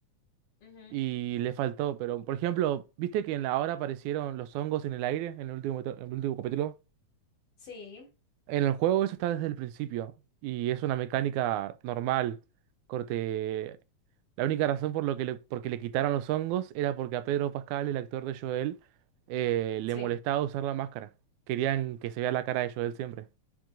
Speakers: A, on the left (about 55°); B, on the right (about 85°).
A: Ujú.
B: y le faltó. Pero, por ejemplo, ¿viste que en la hora aparecieron los hongos en el aire en el último, en el último capítulo?
A: Sí,
B: En el juego eso está desde el principio y es una mecánica normal. Corte. La única razón por lo que le, porque le quitaron los hongos era porque a Pedro Pascal, el actor de Joel, eh, le
A: sí.
B: molestaba usar la máscara. Querían que se vea la cara de Joel siempre.